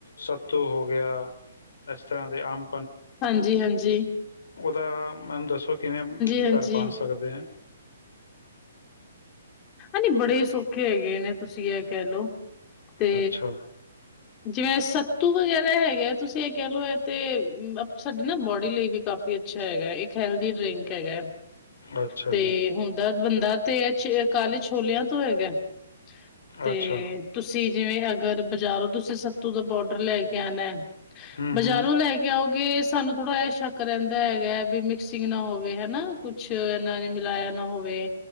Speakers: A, on the left; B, on the left.
A: ਸੱਤੂ ਹੋ ਗਿਆ ਇਸ ਤਰ੍ਹਾਂ ਦੇ ਆਮ
B: ਹਾਂਜੀ ਹਾਂਜੀ
A: ਤਾਂ ਮੈਨੂੰ ਦੱਸੋ ਕਿਵੇਂ
B: ਹਾਂਜੀ
A: ਘਰ ਬਣਿਆ
B: ਹਾਂਜੀ
A: ਸਕਦੇ ਹੈ
B: ਨਹੀਂ ਬੜੇ ਸੌਖੇ ਹੈਗੇ ਨੇ ਤੁਸੀਂ ਇਹ ਕਹਿ ਲਓ ਤੇ
A: ਅੱਛਾ
B: ਜਿਵੇਂ ਸੱਤੂ ਵਗੈਰਾ ਹੈਗਾ ਹੈ ਤੁਸੀਂ ਇਹ ਕਹਿ ਲਓ ਇਹ ਤੇ ਸਾਡੇ ਨਾ ਬੋਡੀ ਲਈ ਵੀ ਕਾਫੀ ਅੱਛਾ ਹੈਗਾ ਇੱਕ ਹੈਲਦੀ ਡਰਿੰਕ ਹੈਗਾ ਹੈ
A: ਅੱਛਾ
B: ਤੇ
A: ਜੀ
B: ਹੁੰਦਾ ਹੁੰਦਾ ਤੇ ਅੱਛਾ ਕਾਲੇ ਛੋਲਿਆਂ ਤੋਂ ਹੈਗਾ ਤੇ
A: ਅੱਛਾ
B: ਤੁਸੀਂ ਤੁਸੀਂ ਜਿਵੇਂ ਅਗਰ ਬਾਜ਼ਾਰੋ ਤੁਸੀਂ ਸੱਤੂ ਦਾ ਪੋਡਰ ਲੈ ਕੇ ਆਉਣਾ
A: ਹੂੰ
B: ਬਜ਼ਾਰੋਂ
A: ਹੂੰ
B: ਲੈ ਕੇ ਆਓ ਕਿ ਸਾਨੂੰ ਥੋੜਾ ਇਹ ਸ਼ੱਕ ਰਹਿੰਦਾ ਹੈਗਾ ਵੀ ਮਿਕਸਿੰਗ ਨਾ ਹੋਵੇ ਹੈ, ਨਾ ਕੁਛ ਇਹਨਾ ਨੇ ਮਿਲਾਇਆ ਨਾ ਹੋਵੇ।